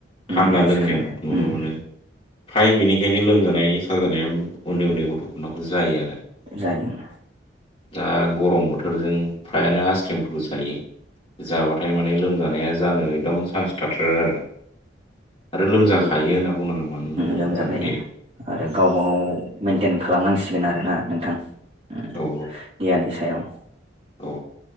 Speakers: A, on the right (about 30°); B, on the left (about 30°).
A: उम
B: थान्दा
A: आइसक्रिम
B: लोंनाय नुनो
A: उम
B: मोनो फ्राय बेनिखायनो लोमजानाय साजानाया उन्दै उन्दै गथ'फोरनावबो जायो आरो
A: जायो ना
B: दा गरम बोथोरजों फ्रायानो आइसक्रिमफोरखौ जायो जाबाथाय माने लोमजानाया जानो एकदम चान्स थाथारो आरो आरो लोमजाखायो
A: बे
B: होनना बुंनांगोन मानो होनोबा
A: लोमजाखायो
B: जाबाय थायो
A: आरो गावबा गाव मेेनटेन खालामनांसिगोन आरो ना नोंथां ओ
B: औ
A: देहानि सायाव
B: औ